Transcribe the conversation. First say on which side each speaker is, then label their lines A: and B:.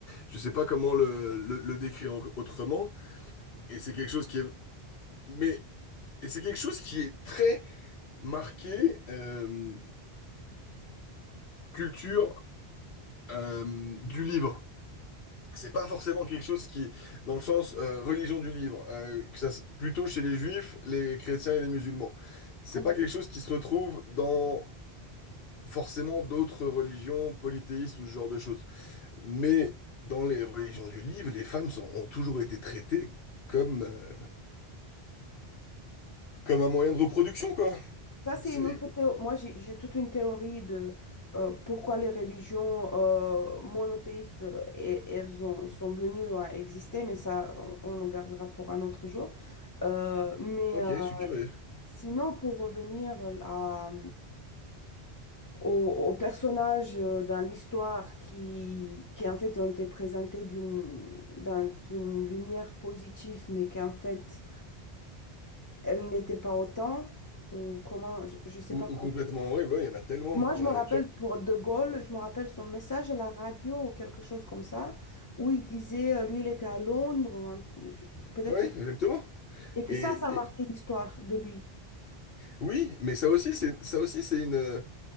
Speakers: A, on the left; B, on the left.
A: je sais pas comment le, le, le décrire au- autrement, et c'est quelque chose qui est, mais, et c'est quelque chose qui est très marqué. euh, culture euh, du livre. C'est pas forcément quelque chose qui, est dans le sens euh, religion du livre, euh, que ça, s- plutôt chez les juifs, les chrétiens et les musulmans. C'est
B: femmes.
A: pas quelque chose qui se retrouve dans forcément d'autres religions polythéistes ou ce genre de choses. Mais dans les religions du livre, les femmes sont- ont toujours été traitées comme, euh, comme un moyen de reproduction, quoi.
B: Ça, c'est
A: C'est...
B: une autre théorie. Moi, j'ai j'ai toute une théorie de euh, pourquoi les religions euh, monothéistes, euh, et- elles ont, elles sont venues à exister, mais ça, on, on le gardera pour un autre jour. Euh, mais
A: Ok,
B: euh,
A: je suis curieux.
B: sinon, pour revenir à, au, au personnage euh, dans l'histoire qui, qui, en fait, ont été présentés d'une, dans une lumière positive, mais qu'en fait, elle n'était pas autant, ou comment, je ne sais
A: Ou,
B: pas.
A: ou complètement horrible, ouais, il y en a tellement.
B: Moi, je
A: Euh,
B: me rappelle
A: tu-
B: pour De Gaulle, je me rappelle son message à la radio ou quelque chose comme ça, où il disait, euh, lui, il était à Londres, ou un- je- peut-être,
A: ouais, exactement.
B: et que
A: Et,
B: ça, ça a
A: et-
B: marqué l'histoire de lui.
A: Oui, mais ça aussi, c'est ça aussi, c'est une,